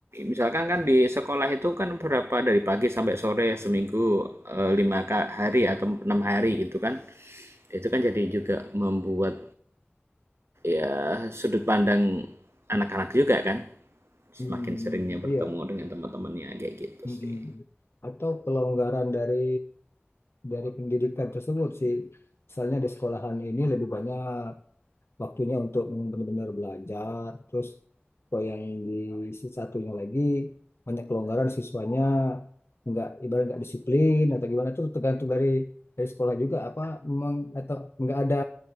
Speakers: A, on the right; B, on the left.
A: misalkan kan di sekolah itu kan berapa dari pagi sampai sore seminggu eh, lima ka- hari atau enam hari gitu kan, itu kan jadi juga membuat ya sudut pandang anak-anak juga kan, semakin
B: Hmm,
A: seringnya
B: iya.
A: bertemu dengan teman-temannya kayak gitu
B: Mm-mm.
A: sih.
B: Atau kelonggaran dari dari pendidikan tersebut sih. Misalnya di sekolahan ini lebih banyak waktunya untuk benar-benar belajar. Terus kalau yang di si satunya lagi banyak kelonggaran siswanya nggak ibarat nggak disiplin atau gimana itu tergantung dari dari sekolah juga apa memang atau nggak ada